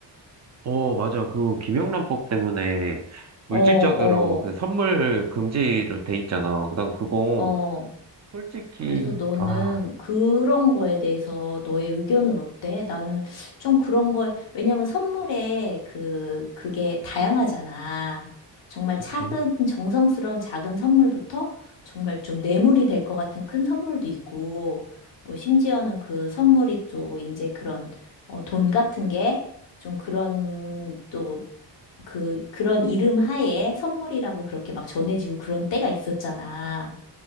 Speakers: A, on the right; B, on the left.
A: 어, 맞아. 그 김영란법 때문에 물질적으로
B: 어, 어,
A: 그 선물 금지로 돼 있잖아. 난 그거
B: 어.
A: 솔직히
B: 그래서 너는
A: 아,
B: 그런 거에 대해서 너의 의견은 어때? 나는 좀 그런 걸, 왜냐면 선물에 그, 그게 다양하잖아. 정말
A: 그치.
B: 작은, 정성스러운 작은 선물부터 정말 좀 뇌물이 될 것 같은 큰 선물도 있고, 뭐 심지어는 그 선물이 또 이제 그런, 어, 돈 같은 게 좀 그런 또 그, 그런 이름 하에 선물이라고 그렇게 막 전해지고 그런 때가 있었잖아.